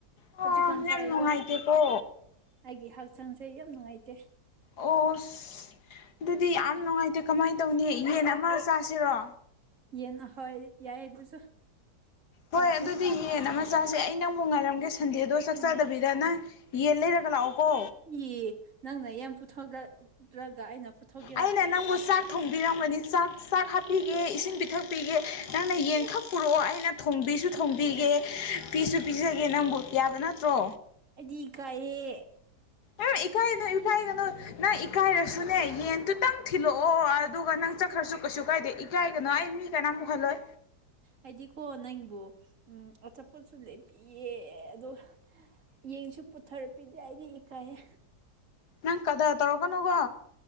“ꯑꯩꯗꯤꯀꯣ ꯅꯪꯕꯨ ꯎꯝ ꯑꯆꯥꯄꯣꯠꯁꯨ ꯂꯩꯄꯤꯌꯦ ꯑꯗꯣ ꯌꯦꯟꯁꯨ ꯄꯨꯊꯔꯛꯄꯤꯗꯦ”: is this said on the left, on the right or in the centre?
Right